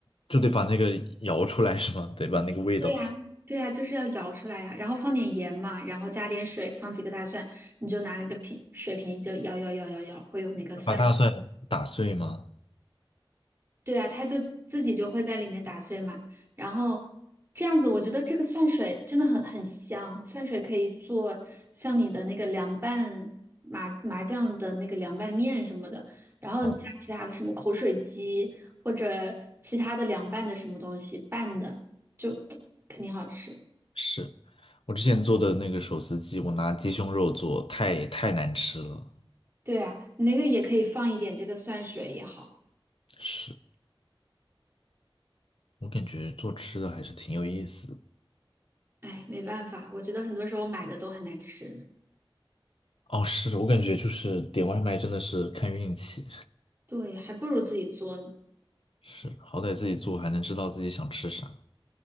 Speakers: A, on the left; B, on the right.
A: 就得把那个摇出来是吗？得把那个味道
B: 对呀，对呀，就是要摇出来呀，然后放点盐嘛，然后加点水，放几个大蒜，你就拿那个瓶水瓶就摇摇摇摇摇，会有那个蒜。
A: <laughs> 把大蒜打碎吗？
B: 对啊，它就自己就会在里面打碎嘛。然后这样子，我觉得这个蒜水真的很很香，蒜水可以做像你的那个凉拌麻麻酱的那个凉拌面什么的，然后加其他的什么口水鸡或者其他的凉拌的什么东西拌的，
A: 啊，
B: 就 <tsk> 肯定好吃。
A: 是我之前做的那个手撕鸡，我拿鸡胸肉做，太太难吃了，
B: 对啊，你那个也可以放一点这个蒜水也好。
A: 是。我感觉做吃的还是挺有意思的。
B: 哎，没办法，我觉得很多时候买的都很难吃，
A: 哦，是我感觉就是点外卖真的是看运气，
B: 对，还不如自己做呢。
A: 是，好歹自己做还能知道自己想吃啥。